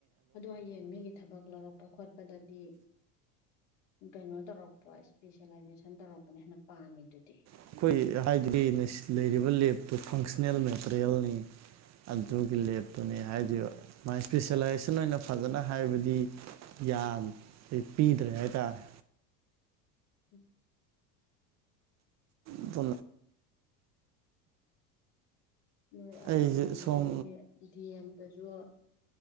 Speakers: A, on the left (about 65°); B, on the right (about 40°).
A: ꯑ ꯍꯌꯦꯡ ꯃꯤꯒꯤ ꯊꯕꯛ ꯂꯧꯔꯛꯄ ꯈꯣꯠꯄꯗꯗꯤ ꯀꯩꯅꯣ ꯇꯧꯔꯛꯄ ꯏꯁꯄꯤꯁꯦꯂꯥꯏꯖꯦꯁꯟ ꯇꯧꯔꯛꯄꯅ ꯍꯦꯟꯅ ꯄꯥꯝꯃꯦ ꯑꯗꯨꯗꯤ
B: ꯑꯩꯈꯣꯏ ꯍꯥꯏꯗꯤ ꯂꯩꯔꯤꯕ ꯂꯦꯞꯇꯨ ꯐꯪꯁꯟꯅꯜ ꯃꯦꯇꯔꯤꯌꯦꯜꯅꯤ ꯑꯗꯨꯒꯤ ꯂꯦꯞꯇꯨꯅꯦ ꯍꯥꯏꯗ ꯃꯥꯥꯏ ꯏꯁꯄꯤꯁꯦꯂꯥꯏꯖꯦꯁꯟ ꯑꯣꯏꯅ ꯐꯖꯅ ꯍꯥꯏꯕꯗꯤ ꯌꯥ ꯄꯤꯗ꯭ꯔꯦ ꯍꯥꯏꯇꯥꯔꯦ
A: ꯎꯝ
B: ꯑꯗꯨ
A: ꯅꯣꯏ
B: ꯑꯩꯁꯦ
A: ꯀꯩꯅꯣꯗ
B: ꯁꯣꯝ
A: ꯃꯣꯏꯒꯤ ꯗꯤ ꯑꯦꯝꯗꯁꯨ